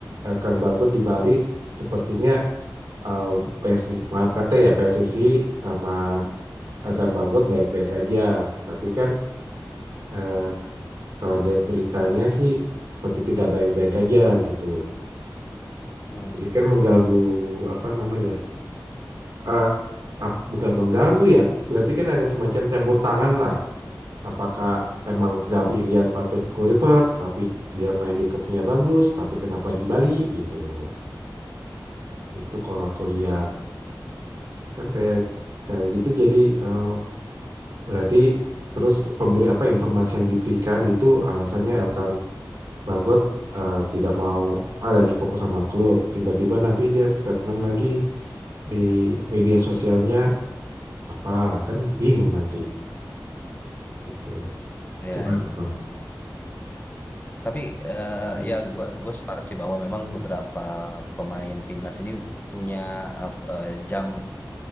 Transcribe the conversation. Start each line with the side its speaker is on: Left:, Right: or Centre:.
Right: Elkan Bagot di Bali
Left: hmm,
Right: sepertinya uh, PSSI maaf kata ya PSSI sama Elkan Bagot baik-baik aja, tapi kan eh, kalau lihat beritanya sih seperti tidak baik-baik aja gitu.
Left: hmm.
Right: Jadi kan mengganggu apa namanya? eh ap- bukan mengganggu ya. Berarti kan ada semacam campur tangan lah. Apakah emang nggak pilihan Patrick Kluivert, tapi dia main di klubnya bagus, tapi kenapa di Bali gitu loh. Itu kalau aku lihat kan kayak kayak gitu jadi eh, berarti terus pemberi apa informasi yang diberikan itu alasannya Elkan Bagot eh, tidak mau ah, lagi fokus sama klub. Tiba-tiba nanti dia statement lagi di media sosialnya apa kan bingung nanti itu
Left: Ya,
Right: gimana
Left: ya,
Right: bang
Left: ya. Tapi eh,
Right: hmm.
Left: ya gua gua sepakat sih bahwa memang
Right: Hmm.
Left: beberapa pemain timnas ini punya ap- eh, jam